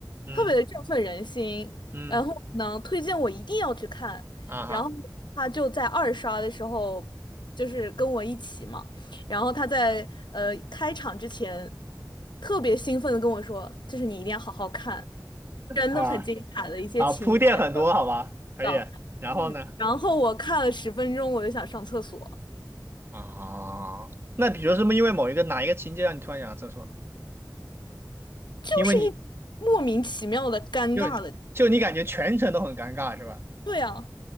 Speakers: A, on the right (about 35°); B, on the left (about 85°).
A: 嗯
B: 特别的振奋人心，
A: 嗯
B: 然后呢，推荐我一定要去看，
A: 啊哈
B: 然后他就在二刷的时候，就是跟我一起嘛。然后他在呃开场之前特别兴奋的跟我说，就是你一定要好好看，真的很精彩的一些情节
A: 啊啊，铺垫很多，好吧，可以。
B: 的。
A: 然后呢？
B: 然后我看了十分钟，我就想上厕所，
A: 啊，那比如是不是因为某一个哪一个情节让你突然想到厕所呢
B: 就是一莫名其妙的尴尬的感觉啊。
A: 因为你就就你感觉全程都很尴尬是吧？
B: 对啊，